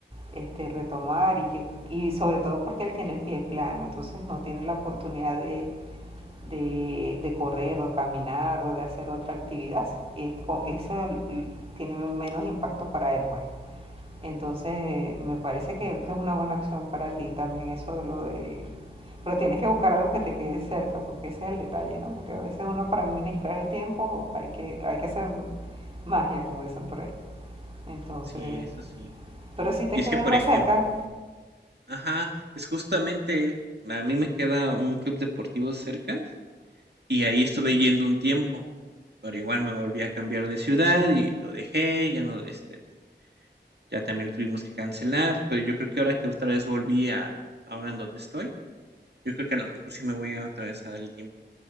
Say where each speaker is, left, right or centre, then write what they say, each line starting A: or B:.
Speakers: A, on the right; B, on the right.
A: este, retomar y, que, y sobre todo porque él tiene el pie plano, entonces no tiene la oportunidad de, de, de correr o de caminar o de hacer otra actividad, es, con, eso tiene menos impacto para él pues. Entonces, me parece que, que es una buena acción para ti también eso lo del... Pero tienes que buscar algo que te quede cerca, porque ese es el detalle, ¿no? Porque a veces uno para administrar el tiempo hay que, hay que hacer magia, como dicen por ahí. Entonces,
B: Sí, eso sí.
A: pero si te
B: Y es
A: queda
B: que, por
A: algo
B: ejemplo,
A: cerca,
B: ajá, es justamente, a mí me queda un club deportivo cerca Y ahí estuve yendo un tiempo, pero igual me volví a cambiar de ciudad y lo dejé, ya no, este, ya también tuvimos que cancelar, pero yo creo que ahora que otra vez volví a, ahora en donde estoy, yo creo que a lo mejor sí me voy a otra vez a dar el tiempo.